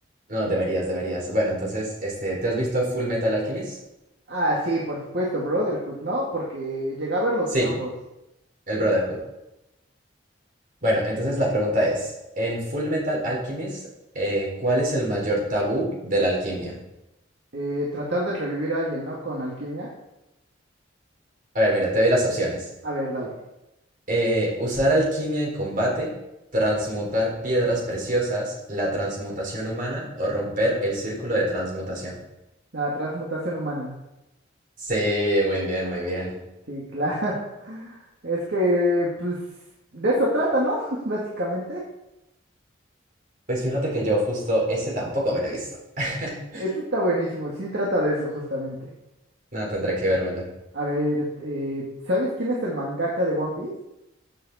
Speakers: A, on the right (about 45°); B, on the right (about 60°).
A: No, deberías, deberías. Bueno, entonces, este, ¿te has visto Full Metal Alchemist?
B: Ah, sí, por supuesto, Brotherhood, ¿no? Porque llegué a verlos
A: Sí,
B: ambos.
A: el Brotherhood. Bueno, entonces la pregunta es, en Full Metal Alchemist, eh, ¿cuál es el mayor tabú de la alquimia?
B: Eh, tratar de revivir a alguien, ¿no? Con alquimia.
A: A ver, mira, te doy las opciones.
B: A ver, dale.
A: Eh, usar alquimia en combate, transmutar piedras preciosas, la transmutación humana o romper el círculo de transmutación.
B: La transmutación humana.
A: Sí, muy bien, muy bien.
B: Sí, claro. <laughs> Es que, pues, de eso trata, ¿no? <laughs> Básicamente.
A: Pues fíjate que yo justo ese tampoco me lo he visto. <laughs>
B: Eso está buenísimo. Sí, trata de eso, justamente.
A: No, tendré que vérmelo.
B: A ver, eh, ¿sabes quién es el mangaka de One Piece?